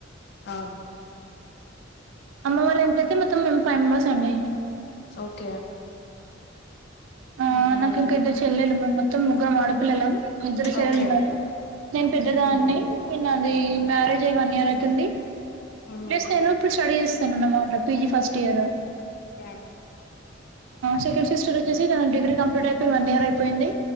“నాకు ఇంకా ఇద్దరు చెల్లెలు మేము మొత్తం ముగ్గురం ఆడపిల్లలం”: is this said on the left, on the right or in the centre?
Right